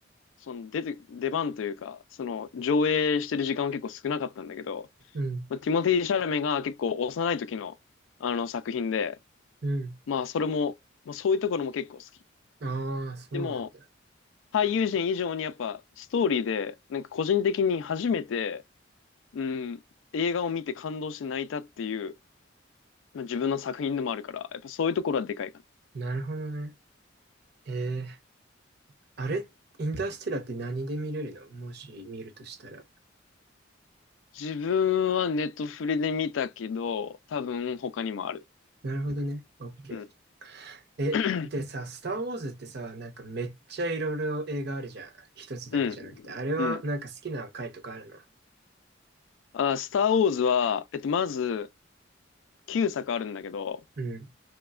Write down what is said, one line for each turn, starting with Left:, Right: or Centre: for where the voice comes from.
Left: その出て、出番というか、その上映してる時間は結構少なかったんだけど、
Right: うん、
Left: まあ、ティモティ・シャラメが結構幼い時のあの作品で、
Right: うん。
Left: まあそれも、まあそういうところも結構好き。
Right: ああ、そうなんだ。
Left: でも、俳優陣以上にやっぱストーリーで、なんか個人的に初めて、うん、映画を見て感動して泣いたっていう、まあ、自分の作品でもあるから、やっぱそういうところはでかいかな。
Right: なるほどね。えー、あれ、インターステラーって何で見れるのもし見るとしたら。
Left: 自分はネットフリで見たけど、多分他にもある。
Right: なるほどね。オッケー。
Left: うん。
Right: え、
Left: <clears throat>
Right: でさ、スター・ウォーズってさ、なんかめっちゃいろいろ映画あるじゃん。一つだけじゃなくて。
Left: うん。
Right: あれはなんか好きな回とかあるの
Left: うん。あ、スター・ウォーズは、えっと、まず、9作あるんだけど、
Right: うん、